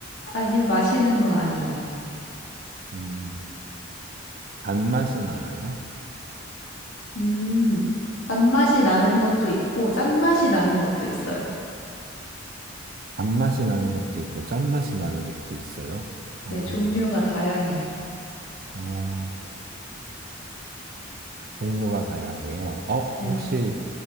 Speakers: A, on the left; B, on the right.
A: 아니요, 마시는 거 아니에요.
B: 음, 단맛이 나나요?
A: 음, 단맛이 나는 것도 있고 짠맛이 나는 것도 있어요.
B: 단맛이 나는 것도 있고 짠맛이 나는 것도 있어요.
A: 네,
B: 어,
A: 종류가 다양해요.
B: 어, 종류가 다양해요. 어,
A: 네.
B: 혹시